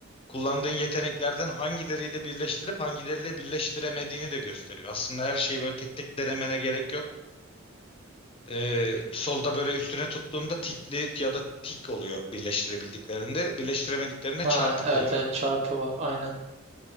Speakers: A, on the left; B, on the right.
A: kullandığın yeteneklerden hangileriyle birleştirip hangileriyle birleştiremediğini de gösteriyor. Aslında her şeyi böyle tek tek denemene gerek yok. Ee, solda böyle üstüne tuttuğunda tikli ya da tik oluyor birleştirebildiklerinde. Birleştiremediklerine
B: Ha
A: çarpı
B: evet
A: koyuyor.
B: evet çarpı var aynen.